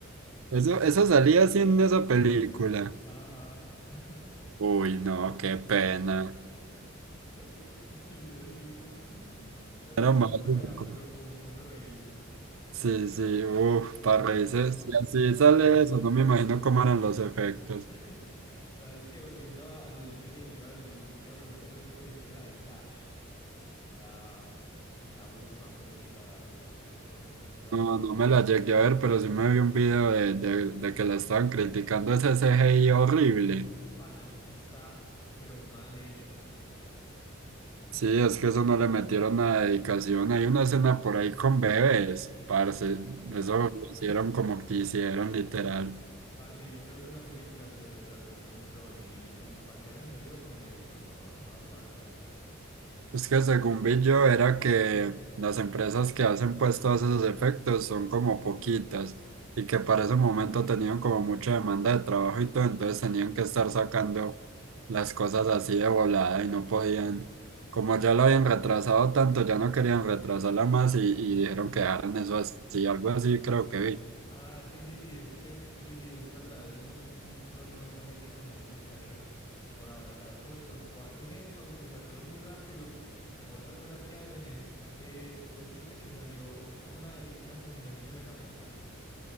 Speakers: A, on the right; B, on the left.
A: Eso, eso salía así en esa película.
B: Ajá. <laughs>
A: Uy, no, qué pena.
B: Sí, sí, sí, sí. La película
A: Era maluco.
B: es buena, pero como para uno reírse.
A: Sí, sí, uff, para reírse.
B: Pero,
A: Si así
B: ¿sabes?
A: sale eso, no me imagino cómo eran los efectos.
B: <laughs> ¿Sabes que Volviendo a, a lo del C CGI, te iba a decir, te iba a preguntar si vos te viste la de Flash, la, la última, pues sí, la, la que es con, con Ezra Miller.
A: No, no me la llegué a ver, pero sí me vi un video de, de, de que la estaban criticando ese CGI horrible.
B: Pana, es que está, pero mal hecho.
A: Sí, es que eso no le metieron nada de dedicación. Hay una escena por ahí con bebés, parce.
B: <laughs>
A: Eso lo hicieron como quisieron, literal.
B: Parce, yo creo que esa película se retrasó un montón y pues para que hayan salido con eso, no, no aguanta.
A: Es que según vi yo era que las empresas que hacen pues todos esos efectos son como poquitas y que para ese momento tenían como mucha demanda de trabajo y todo, entonces tenían que estar sacando las cosas así de volada y no podían, como ya lo habían retrasado tanto, ya no querían retrasarla más y, y dijeron que dejaran eso así, algo así creo que vi.
B: Ah, sí, sí, sí, es que sí, sí, eso es verdad, eso es un problema, parece que hay con la industria que por abaratar costos o hacen eso de sacarlo muy rápido. Otra cosa que hacen es, eh, vos viste que salió como una, dizque una continuación de Megamente.